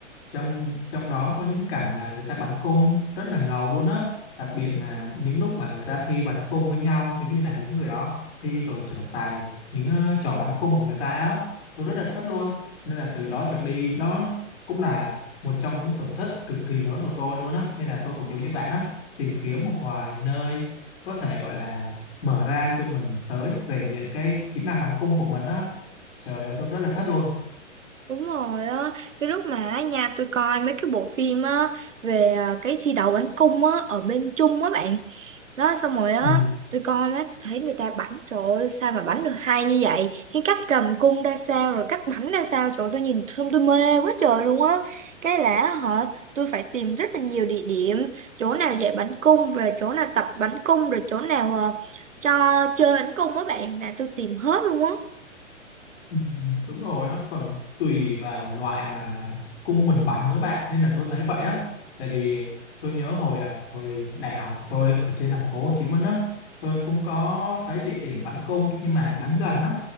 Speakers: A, on the left; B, on the right.
A: Trong trong đó có những cảnh mà người ta bắn cung rất là ngầu luôn á. Đặc biệt là những lúc mà người ta thi bắn cung với nhau, giống như là những người đó thi rồi trổ tài những ờ, trò bắn cung của người ta á. Tôi rất là thích luôn. Nên là từ đó trở đi đó cũng là một trong những sở thích cực kỳ lớn của tôi luôn á. Nên là tôi cũng giống như bạn á, tìm kiếm một vài nơi có thể gọi là mở ra cho mình tới rèn luyện cái kỹ năng bắn cung của mình á trời ơi tôi rất là thất luôn
B: Đúng rồi á, cái lúc mà ở nhà tôi coi mấy cái bộ phim á về ờ, cái thi đấu bánh cung á ở bên Trung á bạn đó xong rồi á
A: Ừ.
B: tôi coi má tôi thấy người ta bảnh trời ơi sao mà bảnh được hay như vậy cái cách cầm cung ra sao rồi cách bảnh ra sao trời ơi, tôi nhìn xong tôi mê quá trời luôn á cái là họ tôi phải tìm rất là nhiều địa điểm chỗ nào dạy bảnh cung rồi chỗ nào tập bảnh cung rồi chỗ nào ờ, cho chơi bảnh cung á bạn là tôi tìm hết luôn á
A: Ừ, đúng rồi á còn tùy vào loại mà cung mình bắn nữa bạn nên là tôi thấy vậy á tại vì tôi nhớ hồi à, hồi đại học tôi ở trên thành phố Hồ Chí Minh á tôi cũng có thấy địa điểm bắn cung nhưng mà bắn gần lắm